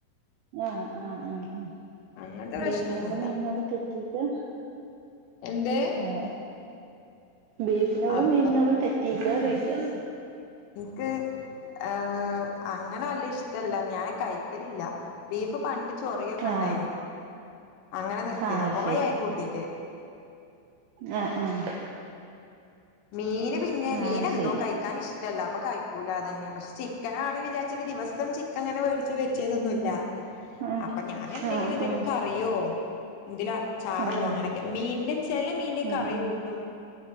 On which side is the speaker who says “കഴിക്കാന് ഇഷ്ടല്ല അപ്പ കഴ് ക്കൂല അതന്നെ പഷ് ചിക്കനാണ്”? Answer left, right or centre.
Left